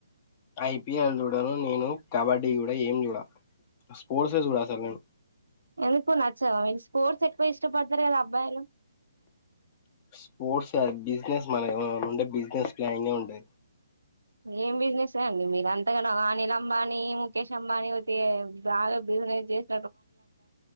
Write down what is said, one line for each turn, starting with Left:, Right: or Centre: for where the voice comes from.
Left: ఐ పీ ఎల్ చూడను నేను కబడ్డీ గుడ ఏం జూడ. స్పోర్ట్స్ ఏ జూడ అసల్ నేన్
Right: ఎందుకు నచ్చవా మీ స్పోర్ట్స్ ఎక్కువ ఇష్టపడతరు కదా అబ్బాయిలు.
Left: స్పోర్ట్స్ కాదు బిజినెస్ మన ఉండే బిసినెస్ ప్లానింగే ఉండే
Right: ఏం బిజినెస్ అండి మీరంతగనం అనిల్ అంబానీ, ముఖేష్ అంబానీ పోతే బాగా బి బిసినెస్ చేస్